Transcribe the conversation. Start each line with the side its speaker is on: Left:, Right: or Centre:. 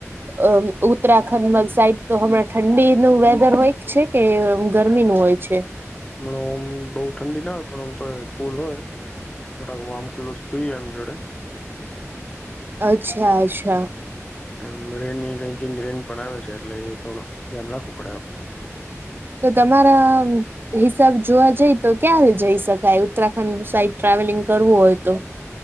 Right: અ ઉત્તરાખંડ સાઈડ તો હમણાં ઠંડીનું વેધર હોય છે કે ગરમી નું હોય છે.
Left: હમણા ઓમ બઉુ ઠંડી ના હોય પણ ઓમ તો કુલ હોય. થોડાક વામ ક્લોસ જોઈએ એમ જોડે
Right: અચ્છા અચ્છા
Left: એમ રેન ની બેકિંગ ર્રેન પણ આવે છે એટલે એ થોડું ધ્યાન રાખવું પડે આપડે
Right: તો તમારા હિસાબ જોવા જઈ તો ક્યારે જઈ શકાય ઉત્તરાખંડ સાઈડ ટ્રાવેલિંગ કરવું હોય તો